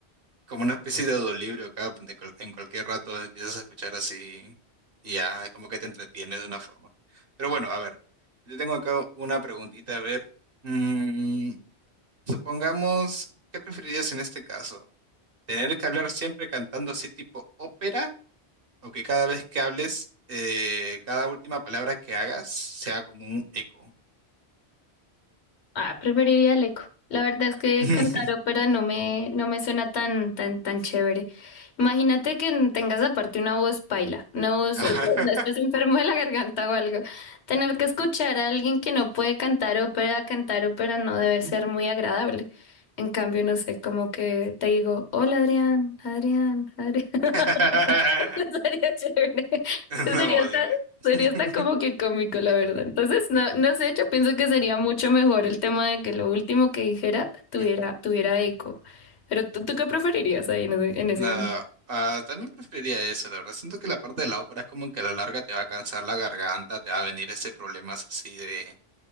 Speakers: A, on the right; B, on the left.
A: como una especie de audiolibro que en cual- en cualquier rato empiezas a escuchar así y ya, es como que te entretienes de una forma. Pero bueno, a ver, yo tengo acá una preguntita, a ver, mm, supongamos, ¿qué preferirías en este caso? ¿Tener que hablar siempre cantando así tipo ópera? o que cada vez que hables, eh, cada última palabra que hagas sea como un eco.
B: Ah, preferiría el eco. La verdad es que
A: <laughs>
B: cantar ópera no me, no me suena tan, tan, tan chévere. Imagínate que tengas aparte una voz paila, una voz,
A: Ajá.
B: eh, que estés enfermo de la garganta o algo. Tener que escuchar a alguien que no puede cantar ópera, cantar ópera no debe ser muy agradable. En cambio, no sé, como que te digo, hola Adrián, Adrián, Adrián. <laughs>
A: <laughs>
B: Eso Sería chévere.
A: No,
B: Eso Sería hasta,
A: ding- <laughs>
B: sería hasta como que cómico, la verdad. Entonces, no, no sé, yo pienso que sería mucho mejor el tema de que lo último que dijera tuviera,
A: Ujú.
B: tuviera eco. Pero tú, ¿tú qué preferirías ahí en ese, en ese?
A: No, ah, también preferiría eso, la verdad. Siento que la parte de la ópera es como que a la larga te va a cansar la garganta, te va a venir ese problemas así de.